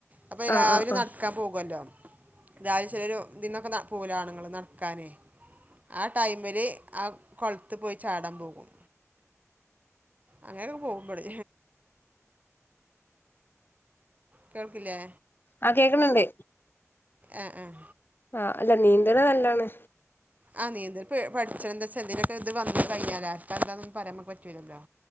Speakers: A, on the right (about 30°); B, on the left (about 40°).
A: അപ്പം ഈ രാവി
B: ആഹ് ആഹ് ആഹ്
A: നട്ക്കാൻ പോവൊല്ലോ രാവിലെ ചെലോല് ഇതിനൊക്കെ പോവല്ലോ ആണ്ങ്ങള് നടക്കാന് ആ ടൈമില് ആ കൊളത്ത് പോയി ചാടാൻ പോകും അങ്ങനൊക്കെ പോകും ബള് കേൾക്കില്ലേ
B: ആഹ് കേക്കണണ്ട്
A: എഹ് ഏഹ്
B: ആഹ് അല്ല നീന്ത്‌ണ നല്ലാണ്
A: ആ നീന്തൽ പഠിച്ച എന്താച്ചെന്തലൊക്കെ ഇത് വന്ന് കയ്ഞ്ഞാൽ ആർക്കാ എന്താനൊന്നും പറയാൻ ഞമ്മക്ക് പറ്റൂലല്ലോ